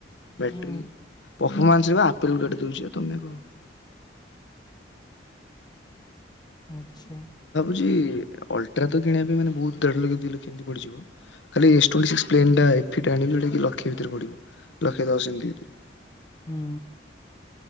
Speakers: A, on the left; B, on the left.
A: ବେଟ୍ରି
B: ହୁଁ
A: ପଫମାନ୍ସରେ ବା ଆପେଲ କୁକାଟି ଦଉଚି ଦେଉଚି ତମେ କଣ।
B: ଆଚ୍ଛା।
A: ଜି, ଅଲଟ୍ରା ତ କିଣିବା ପାଇଁ ମାନେ ବହୁତ ଦେଢ଼ ଲକ୍ଷ୍ୟ ଦିି ଲକ୍ଷ୍ୟ ଏମିତି ପଡ଼ିଯିବ। ଖାଲି ଏସ୍ ଟ୍ୱେଣ୍ଟି ସିକ୍ସ ପ୍ଲେନ୍ଟା ଏଫିଟା ଆଣିବି ଯେଉଁଟାକି ଲକ୍ଷେ ଭିତେରେ ପଡ଼ିବ। ଲକ୍ଷେ ଦଶ ଏମିତି ଭିତେରେ।
B: ହୁଁ।